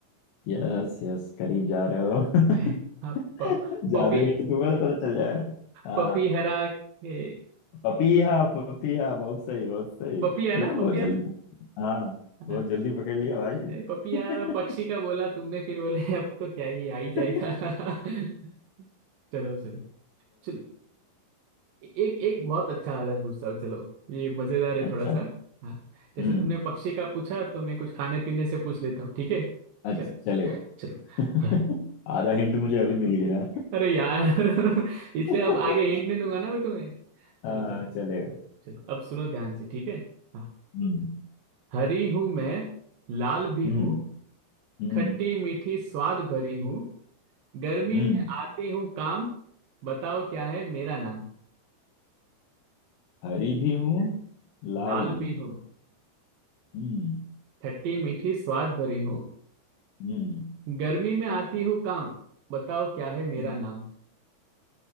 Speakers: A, on the left (about 80°); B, on the right (about 65°).
A: यस यस करीब जा रहे हो <laughs>
B: <laughs> हाँ, प,
A: ज्यादा
B: पपी
A: हिंट दूंगा तो पता चल जाएगा हाँ
B: पपी हरा के
A: पपीहा पपीहा बहुत सही बहुत सही
B: पपी है
A: ये
B: ना
A: तो बहुत
B: पपी
A: जल्दी
B: है ना
A: हाँ बहुत
B: हाँ
A: जल्दी पकड़ लिया भाई
B: अरे पपिया
A: <laughs>
B: पक्षी का बोला तुमने फिर बोले अब तो क्या ही आ ही जाएगा
A: <laughs> अ,
B: <laughs> चलो चलो चलो एक एक बहुत अच्छा वाला पूछता हूँ चलो ये मजेदार है
A: अच्छा
B: थोड़ा सा हाँ जैसे
A: हम्म
B: तुमने पक्षी का पूछा तो मैं कुछ खाने पीने से पूछ लेता हूँ ठीक है
A: अच्छा
B: चल
A: चलेगा
B: चलो
A: <laughs>
B: <laughs>
A: आधा हिंट मुझे अभी मिल गया
B: अरे यार <laughs> इसलिए
A: <laughs>
B: अब आगे हिंट नहीं दूंगा ना मैं तुम्हें
A: हाँ
B: चलो चलो
A: चलेगा
B: चलो चलो, अब सुनो ध्यान से ठीक है हाँ
A: हम्म
B: हरी हूं मैं लाल भी
A: हम्म
B: हूँ
A: हम्म
B: खट्टी मीठी स्वाद भरी हूँ गर्मी
A: हम्म
B: में आती हूँ काम बताओ क्या है मेरा नाम
A: हरी भी हूँ लाल
B: लाल
A: भी
B: भी हूँ
A: हम्म
B: खट्टी मीठी स्वाद भरी हूँ
A: हम्म
B: गर्मी में आती हूँ काम बताओ क्या है मेरा
A: हम्म।
B: नाम